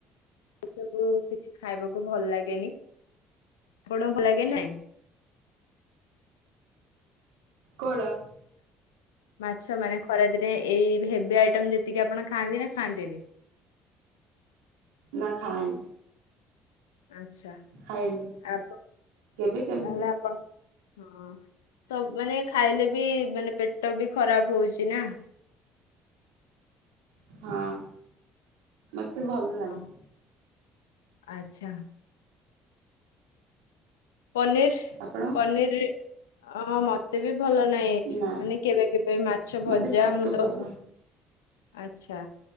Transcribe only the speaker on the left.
ଏ ସବୁ କିଛି ଖାଇବାକୁ ଭଲ ଲାଗେନି ଆପଣଙ୍କୁ ଭଲ ଲାଗେ ନାଇଁ?
ମାଛ ମାନେ ଖରାଦିନେ ଏଇ ହେବି ଆଇଟମ ଯେତିକି ଆପଣ ଖାଆନ୍ତି ନା ଖାଆନ୍ତିନି?
ଆଚ୍ଛା
ଆପ ତାହେଲେ
ଆପଣ ହଁ ସବୁ ମାନେ ଖାଇଲେ ବି ମାନେ ପେଟ ବି ଖରାପ ହଉଛି ନା?
ଓ ଆଚ୍ଛା। ପନିର
ପନିର ମତେ ବି ଭଲ ନା ନାଇ ମାନେ
କେବେ କେବେ ମାଛ
ଭଜା
ମୁଁ
ତ ଆଚ୍ଛା